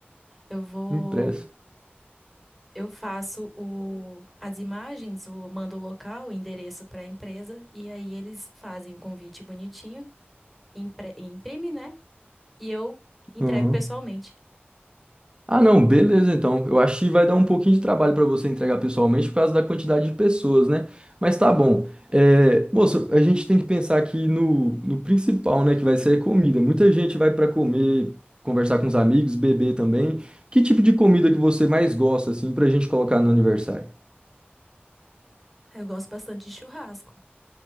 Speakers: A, in the centre; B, on the right.
A: Eu vou.
B: Impresso.
A: Eu faço o, as imagens, o mando o local, o endereço para a empresa, e aí eles fazem o convite bonitinho, impre, imprime, né? E eu entrego
B: Aham.
A: pessoalmente.
B: Ah, não, beleza então. Eu acho que vai dar um pouquinho de trabalho para você entregar pessoalmente por causa da quantidade de pessoas, né? Mas tá bom. É, moço, a gente tem que pensar aqui no, no principal, né? Que vai ser a comida. Muita gente vai para comer, conversar com os amigos, beber também. Que tipo de comida que você mais gosta, assim, pra gente colocar no aniversário?
A: Ah, Eu gosto bastante de churrasco.